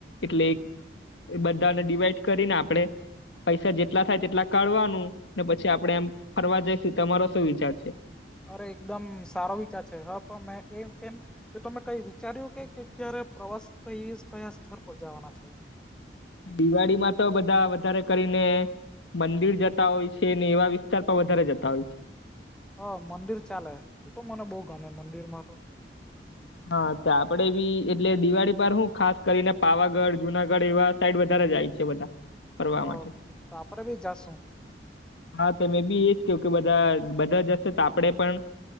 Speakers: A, on the left (about 80°); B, in the centre.
A: એટલે બધાને ડીવાઈડ કરીને આપણેે પૈસા જેટલા થાય તેટલા કાઢવાનું ને પછી આપડે એમ ફરવા જઈશું તમારો શું વિચાર છે?
B: અરે એકદમ સારો વિચાર છે <unintelligible> મે એ કેમ તો તમે તમે કઈ વિચાર્યું કે ક્યારે પ્રવાસ કઈ કયા સ્થર પર જવાના છો?
A: દિવાળી માં તો બધા વધારે કરીને મંદિર જતા હોય છે ને એવા વિસ્તાર પર વધારે જતા હોય છે.
B: હ મંદિર ચાલે એ તો મને બહુ ગમે મંદિરમાં તો
A: હા તો આપડે બી એટલે દિવાળી પર હું ખાસ કરીને પાવાગઢ જુનાગઢ એવા સાઈડ વધારે જાય છે બધા ફરવા
B: હ
A: માટે
B: આપડે બી જાસુ.
A: હા તો મે બી એજ કેઉ બધા બધા જશે તો આપડે પણ